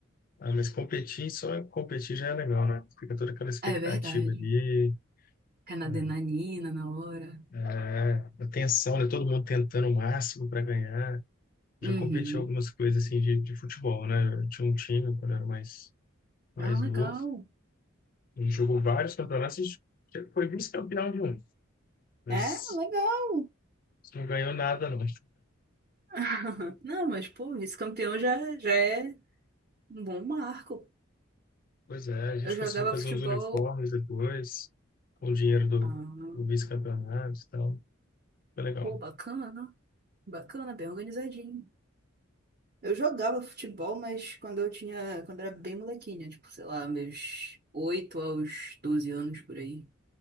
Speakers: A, on the left; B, on the right.
A: Ah, mas competir, só competir já é legal, né? Fica toda aquela expectativa
B: É verdade.
A: ali,
B: Fica na
A: né?
B: adrenalina na hora.
A: é, a tensão, né? Todo mundo tentando o máximo para ganhar. Já
B: Uhum.
A: competi em algumas coisas assim de, de futebol, né? Eu tinha um time quando eu era mais mais
B: Ah, legal.
A: novo. Ele jogou vários campeonatos e foi vice-campeão de um, mas
B: É, legal.
A: não ganhou nada, não.
B: <laughs> Não, mas, pô, vice-campeão já, já é um bom marco.
A: Pois é, a gente
B: Eu jogava
A: conseguiu fazer
B: futebol.
A: uns uniformes depois, com o dinheiro do,
B: Ah,
A: do vice-campeonato e tal. Foi legal.
B: pô, bacana. Bacana, bem organizadinho. Eu jogava futebol, mas quando eu tinha. Quando eu era bem molequinha, tipo, sei lá, meus 8 aos 12 anos por aí.